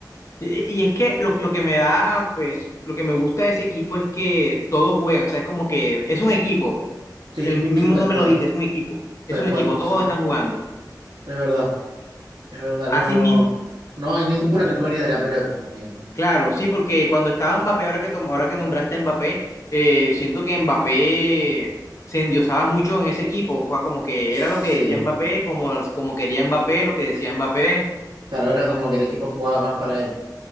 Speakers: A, on the left; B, on the right.
A: Y, y es que lo, lo que me da, pues, lo que me gusta de ese equipo es que todos juegan, o sea, es como que es un equipo,
B: Sí,
A: el mismo
B: sí, tal
A: nombre
B: cual.
A: lo dice, es un equipo,
B: Tal
A: es un
B: cual,
A: equipo,
B: sí.
A: todos están jugando.
B: Es verdad. Es verdad.
A: Así
B: No,
A: mismo.
B: no hay ninguno que el dueño de la pelota, digamos.
A: Claro, sí, porque cuando estaba Mbappé, ahora que, tom- ahora que nombraste a Mbappé, eh, siento que Mbappé se endiosaba mucho en ese equipo, cua- como que
B: Sí.
A: era lo que decía Mbappé, como, como quería Mbappé, lo que decía Mbappé.
B: Claro, ahora como que el equipo jugaba más para él.